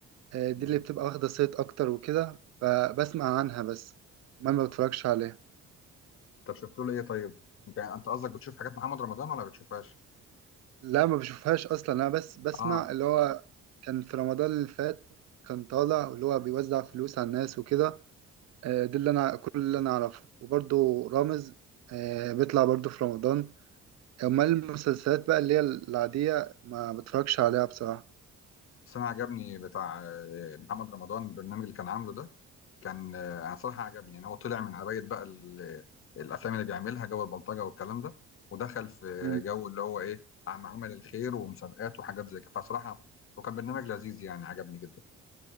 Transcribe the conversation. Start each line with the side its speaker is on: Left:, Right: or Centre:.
Right: آه دي
Left: مم.
Right: اللي بتبقى واخدة صيت اكتر وكده فبسمع عنها بس ما ما بتفرجش عليها
Left: طب شفت له ايه طيب انت يعني، انت قصدك بتشوف حاجات محمد رمضان ولا بتشوفهاش
Right: لا ما بشوفهاش اصلا انا بس بسمع
Left: اه
Right: اللي هو كان في رمضان اللي فات كان طالع اللي هو بيوزع فلوس على الناس وكده آه دي اللي انا كل اللي انا اعرفه وبرضه رامز آه بيطلع برضه في رمضان امال المسلسلات بقى اللي هي العادية ما بتفرجش عليها بصراحة
Left: بس انا عجبني بتاع آه، محمد رمضان البرنامج اللي كان عامله ده كان آه، انا صراحه عجبني ان هو طلع من عبايه بقى ال- الافلام اللي بيعملها جو البلطجه والكلام ده ودخل في
Right: مم.
Left: جو اللي هو ايه عم عمل الخير ومسابقات وحاجات زي كده فصراحه وكان برنامج لذيذ يعني عجبني جدا